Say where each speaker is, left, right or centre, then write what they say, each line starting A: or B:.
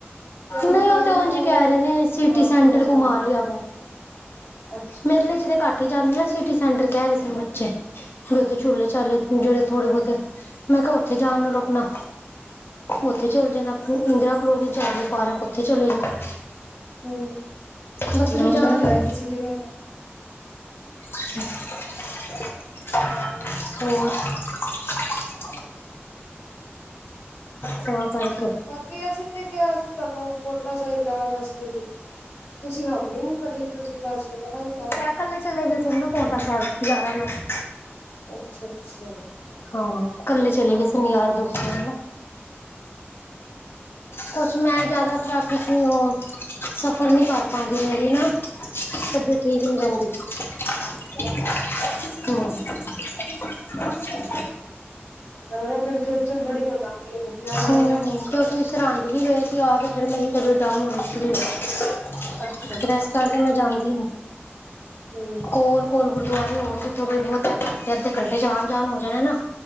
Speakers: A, on the left (about 80°); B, on the left (about 60°).
A: ਟਵੰਟੀ
B: ਨਹੀਂ
A: ਫਾਈਵ
B: ਉਹ ਤੇ ਉਝੇ
A: ਨੂੰ
B: ਕਹਿ ਰਹੇ ਨੇ, ਸਿਟੀ
A: ਹਾਂ
B: ਸੈਂਟਰ
A: ਕਲੋਸ ਹੋ
B: ਘੁਮਾ
A: ਜਾਏਗਾ
B: ਲਿਆ ਵੋ।
A: ਅੱਛਾ ਅੱਛਾ
B: ਮੇਲੇ
A: ਅੱਛਾ
B: ਚ ਤੇ ਘੱਟ ਹੀ ਜਾਂਦੇ ਆ, ਸਿਟੀ ਸੈਂਟਰ ਕਹਿ ਰਹੇ ਸੀ ਬੱਚੇ ਵੀ ਉਥੇ
A: ਹਮ
B: ਚੁਲੇਚਾਲੇ ਜਿਹੜੇ ਥੋੜੇ ਬਹੁਤੇ, ਮੈਂ ਕਿਹਾ ਉੱਥੇ ਜਾਣ ਨੂੰ ਰੁਕਣਾ। ਉੱਥੇ ਚਲੇ ਜਾਣਾ, ਇੰਦਰਾ ਕਲੋਨੀ ਚ ਹੇਗੀ ਪਾਰਕ ਉੱਥੇ ਚਲੇ ਜਾਣਾ।
A: ਹਮ
B: ਬੱਚੇ
A: ਨਾਮ
B: ਵੀ ਜਾਣਗੇ
A: ਨਾ ਲੈ ਕਿਸੇ ਜਗ੍ਹਾ
B: ਹੋਰ
A: ਅੱਛਾ।
B: ਕ ਕਰੜਕ <unintelligible>
A: ਬਾਕੀ ਅਸੀਂ ਤੇ ਕਿਹਾ ਸੀ, ਅਸੀ ਤੁਹਾਨੂੰ ਪਉਟਾ ਸਾਹਿਬ ਜਾਣ ਵਾਸਤੇ ਵੀ ਤੁਸੀਂ ਹਾਮੀ ਵੀ ਨੀ ਭਰੀ, ਤੁਸੀਂ ਬਸ ਹੋ ਆਏ।
B: ਕਿਆ ਕੱਲੇ ਚਲੇ ਗਏ ਸਨ ਨਾ ਪਾਉਟਾ ਸਾਹਿਬ ਯ ਯਾਰਾਂ ਨਾਲ।
A: ਅੱਛਾ-ਅੱਛਾ।
B: ਹਾਂ ਕੱਲੇ ਚਲੇ ਗਏ ਸਨ ਯਾਰ ਦੋਸਤਾ ਨਾਲ। ਕੁਛ ਮੈਂ ਜਾਦਾ ਟ੍ਰੈਫਿ ਕਿਉਂਕਿ ਉਹ ਸਫ਼ਰ ਨੀ ਕਰ ਪਾਂਦੀ ਮੈਂ ਵੀ ਨਾ। ਤਬੀਅਤ ਠੀਕ ਨੀ ਰਹਿੰਦੀ।
A: ਅੱਛ
B: ਹਮ
A: ਪਰ ਇਹ ਨਾ ਫੇਰ ਖੇਚਲ ਬੜੀ ਹੋ ਜਾਂਦੀ ਹੈ ਬੱਚਿਆਂ
B: ਹਮ
A: ਨਾਲ
B: ਹਮ
A: ਨਾ।
B: ਕਿਉਂਕਿ ਸਰਹਿਦ ਹੀ ਗਏ ਸੀ ਆ ਕੇ ਫਿਰ ਮੇਰੀ ਤਬੀਅਤ ਡਾਊਨ ਹੋਣੀ ਸ਼ੁਰੂ ਫਿਰ
A: ਅੱਛਾ ਅੱਛਾ
B: ਇਸ ਕਰ ਫੇਰ ਮੈਂ ਜਾਂਦੀ ਨੀ।
A: ਹਮ।
B: ਕੋਲ-ਕੋਲ ਗੁਰਦੁਆਰੇ ਹੋਣ ਜਿੱਥੋਂ ਬਹੁਤ ਘੰਟੇ ਅੱਧੇ ਘੰਟੇ ਚ ਆਉਣ ਜਾਣ ਹੋ ਜਾਣਾ ਨਾ।